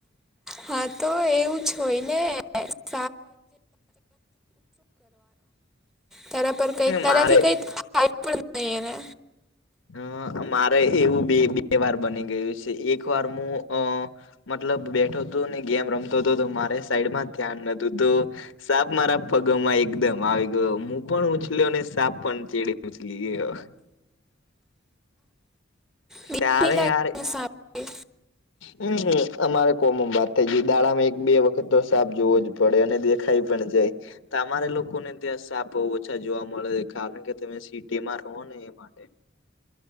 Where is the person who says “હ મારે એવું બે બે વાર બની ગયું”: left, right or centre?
Left